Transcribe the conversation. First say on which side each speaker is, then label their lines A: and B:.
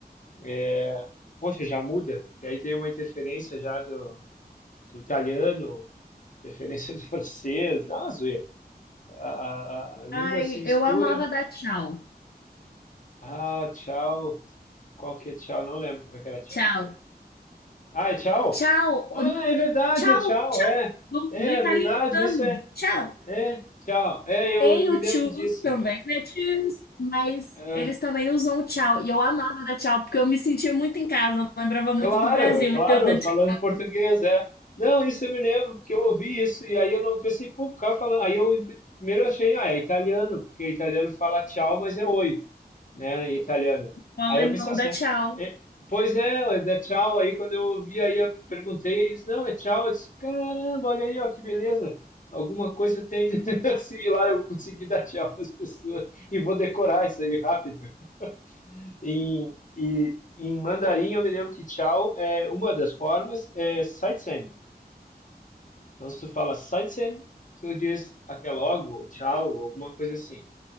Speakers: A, on the left; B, on the left.
A: É, poxa, já muda, porque aí tem uma interferência já do, do italiano, interferência <laughs> do francês, dá uma zoeira. A, a, a língua
B: Ai,
A: se mistura,
B: eu amava dar tchau.
A: Ah, tchau. Qual que é tchau? Não lembro como é que era tchau.
B: Tchau.
A: Ah, é tchau?
B: Tchau.
A: Ah,
B: Não,
A: é verdade,
B: Tchau,
A: é tchau,
B: tchau.
A: é.
B: Do,
A: É,
B: do italiano.
A: é verdade, isso é.
B: Tchau.
A: É, tchau. É, eu,
B: Tem
A: eu me
B: o
A: lembro
B: tchus
A: disso.
B: também, né? Tchus. Mas
A: É,
B: eles também usam o tchau. E eu amava dar tchau, porque eu me sentia muito em casa. Eu lembrava muito
A: claro,
B: do Brasil.
A: claro,
B: Então, eu dando
A: falando
B: tchau.
A: português, é. Não, isso eu me lembro, porque eu ouvi isso, e aí eu não pensei, pô, o cara falando. Aí eu em- primeiro eu achei, ah, é italiano, porque italiano fala tchau, mas é oi. né, em italiano.
B: O alemão
A: Aí eu pensei, assim,
B: dá tchau.
A: é, pois é, é tchau. Aí quando eu ouvi, aí eu perguntei, eles, não, é tchau. Eu disse, caramba, olha aí, ó, que beleza. Alguma coisa tem <laughs> similar, eu consegui dar tchau para as pessoas e vou decorar isso aí rápido. <laughs> Em, e, em mandarim, eu me lembro que tchau é uma das formas, é saitsen. Então, se tu fala saitsen, tu diz até logo, tchau, alguma coisa assim.